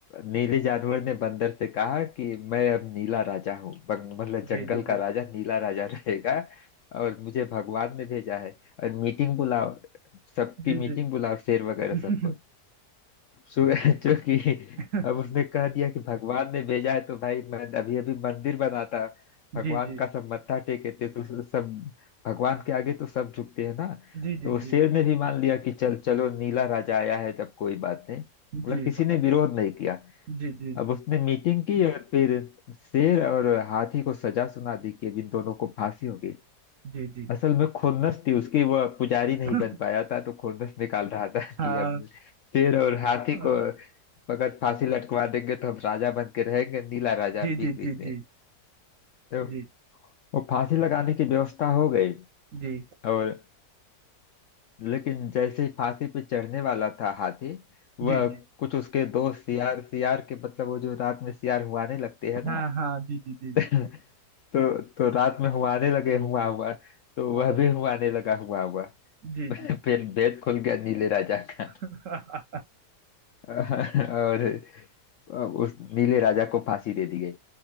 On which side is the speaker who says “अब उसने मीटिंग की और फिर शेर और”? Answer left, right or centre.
Left